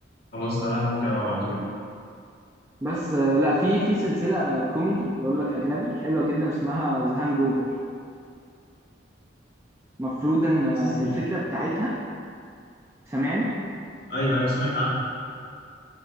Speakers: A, on the left; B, on the right.
A: خلاص تمام ممكن ابقى ابعتهولك
B: بس آه، لا في في سلسله كوميدي بقول لك اجنبي حلوه جدا اسمها ذا هانج اوفر المفروض ان آه،
A: بس-
B: الفكره بتاعتها سامعني
A: ايوه ايوه سمعت عنها